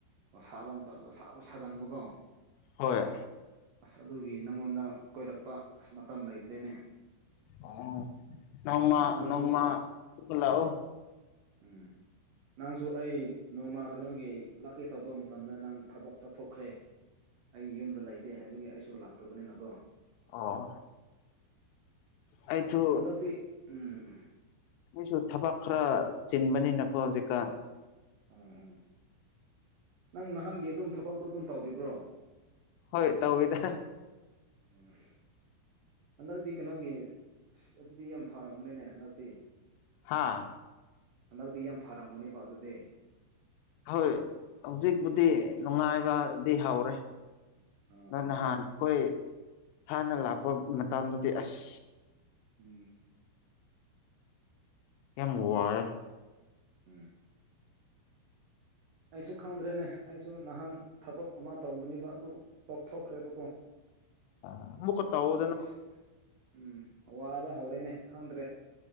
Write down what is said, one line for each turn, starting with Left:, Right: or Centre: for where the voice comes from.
Right: ꯁꯥꯕ ꯃꯇꯝꯗ ꯁꯥꯥꯁꯨ ꯁꯥꯒꯟꯕꯀꯣ
Left: ꯍꯣꯏ
Right: ꯑꯁ ꯑꯗꯨꯒꯤ ꯅꯪꯉꯣꯟꯗ ꯀꯣꯏꯔꯛꯄ ꯑꯁ ꯃꯇꯝ ꯂꯩꯇ꯭ꯔꯦꯅꯦ
Left: ꯑꫭ ꯅꫭꯡꯃ
Right: ꯅꯪꯁꯨ
Left: ꯅꯣꯡꯃ ꯂꯛꯑꯣ
Right: ꯎꯝ ꯅꯪꯁꯨ ꯑꯩ ꯅꯣꯡꯃ ꯀꯩꯅꯣꯒꯤ ꯂꯥꯛꯀꯦ ꯇꯧꯕ ꯃꯇꯝꯗ ꯅꯪ ꯊꯕꯛ ꯆꯠꯊꯣꯛꯈ꯭ꯔꯦ ꯑꯩ ꯌꯨꯝꯗ ꯂꯩꯇꯦ ꯍꯥꯏꯕꯒꯤ ꯑꯩꯁꯨ ꯂꯥꯛꯇꯕꯅꯤꯅꯀꯣ
Left: ꯑꯣ ꯑꯩꯁꯨ
Right: ꯍꯟꯗꯛꯇꯤ ꯎꯝ
Left: ꯃꯣꯏꯁꯨ ꯊꯕꯛ ꯈꯔ ꯆꯤꯟꯕꯅꯤꯅꯀꯣ ꯍꯧꯖꯤꯛꯀꯥꯟ
Right: ꯎꯝ ꯎꯝ ꯅꯪ ꯅꯍꯥꯟꯒꯤ ꯑꯗꯨꯝ ꯊꯕꯛꯇꯣ ꯑꯗꯨꯝ ꯇꯧꯔꯤꯕ꯭ꯔꯣ
Left: ꯍꯣꯏ ꯇꯧꯋꯤꯗ
Right: ꯎꯝ ꯍꯟꯗꯛꯇꯤ ꯀꯩꯅꯣꯒꯤ ꯑꯗꯨꯗꯤ ꯌꯥꯝ ꯐꯔꯕꯅꯤꯅꯦ ꯍꯟꯗꯛꯇꯤ
Left: ꯍꯥꯥ
Right: ꯍꯟꯗꯛꯇꯤ ꯌꯥꯝ ꯐꯔꯝꯒꯅꯦꯕ ꯑꯗꯨꯗꯤ
Left: ꯍꯣꯏ ꯍꯧꯖꯤꯛꯄꯨꯗꯤ ꯅꯨꯡꯉꯥꯏꯕꯗꯤ ꯍꯧꯔ‌ꯦ
Right: ꯑꯥ
Left: ꯑꯗꯨ
Right: ꯑꯥ
Left: ꯅꯍꯥꯟ ꯑꯩꯈꯣꯏ ꯍꯥꯟꯅ ꯂꯥꯛꯄ ꯃꯇꯝꯗꯨꯗꯤ ꯑꯁ
Right: ꯎꯝ
Left: ꯌꯥꯝ ꯋꯔ‌ꯦ
Right: ꯎꯝ ꯑꯩꯁꯨ ꯈꯪꯗ꯭ꯔꯦꯅꯦ ꯑꯩꯁꯨ ꯅꯍꯥꯟ ꯊꯕꯛ ꯑꯃ ꯇꯧꯕꯅꯦꯕ ꯑꯗꯨ ꯇꯣꯛꯊꯣꯛꯈ꯭ꯔꯦꯕꯀꯣ
Left: ꯑꯃꯨꯛꯀ ꯇꯧꯗꯅ
Right: ꯝꯕꯒꯦꯁ <unintelligible> ꯎꯝ ꯑꯕ ꯍꯧꯔꯦꯅꯦ ꯈꯪꯗ꯭ꯔꯦ